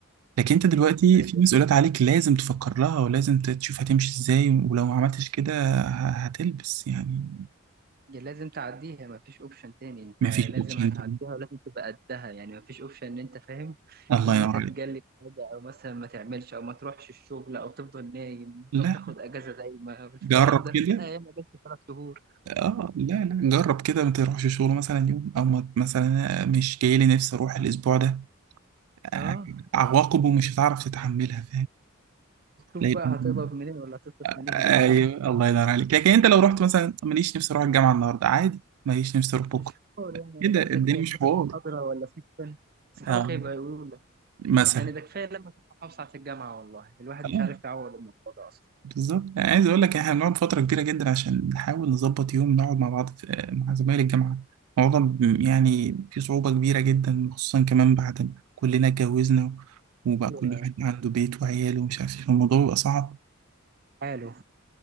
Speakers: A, on the right; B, on the right.
A: لكن انت دلوقتي
B: ايوه
A: في مسؤوليات عليك لازم تفكر لها ولازم تشوف هتمشي ازاي ولو ما عملتش كده ه- هتلبس يعني
B: يا لازم تعديها مفيش اوبشن تاني انت
A: مفيش
B: لازم
A: اوبشن
B: هتعديها
A: تاني
B: ولازم تبقى قدها يعني مفيش اوبشن ان انت فاهم
A: الله
B: ان
A: ينور
B: انت
A: عليك
B: تجلد حاجه او مثلا ما تعملش او ما تروحش الشغل او تفضل نايم
A: لا
B: او تاخد اجازه دايما الكلام
A: جرب
B: ده
A: كده
B: فين ايام اجازه ثلاث شهور
A: اه لا لا جرب كده ما تروحش شغل مثلا يوم او ما- مثلا مش جاي لي نفسي اروح الاسبوع ده آه،
B: اه
A: عواقبه مش هتعرف تتحملها
B: شوف
A: فاهم
B: بقى هتقبض منين ولا هتصرف منين
A: ايوه الله ينور عليك لكن انت لو رحت مثلا ماليش نفسي اروح الجامعه النهارده عادي ماليش نفسي اروح بكره
B: <laughs> مش حوار يعني
A: كده
B: هتفوتك
A: الدنيا
B: ايه هتفوتك
A: مش حوار
B: محاضره ولا سيكشن اصحابك
A: اه
B: هيبقى يقولوا
A: مثلا
B: يعني ده كفايه لما كنت محافظ على الجامعه والله الواحد
A: اه
B: مش عارف يعوض الموضوع ده اصلا
A: بالظبط يعني عايز اقول لك احنا بنقعد فتره كبيره جدا عشان نحاول نظبط يوم نقعد مع بعض في مع زمايل الجامعه الموضوع ب- يعني في صعوبه كبيره جدا خصوصا كمان بعد ما كلنا اتجوزنا وبقى
B: أيوة،
A: كل واحد عنده بيت وعياله ومش عارف ايه الموضوع بيبقى صعب
B: حاله